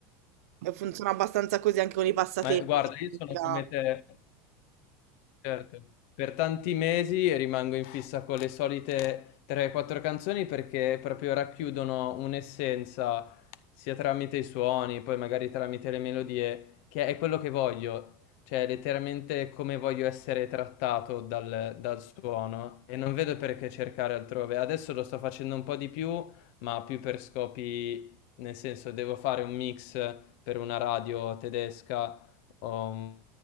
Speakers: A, on the right; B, on the left.
A: E funziona abbastanza così anche con i passatempi.
B: Ma eh, guarda,
A: Cioè,
B: io
A: ti
B: sono
A: spiega-
B: come te. Certo. Per tanti mesi rimango in fissa con le solite 3-4 canzoni perché proprio racchiudono un'essenza sia tramite i suoni, poi magari tramite le melodie, che è quello che voglio, cioè letteralmente come voglio essere trattato dal, dal suono e non vedo perché cercare altrove. Adesso lo sto facendo un po' di più, ma più per scopi, nel senso devo fare un mix per una radio tedesca ho un-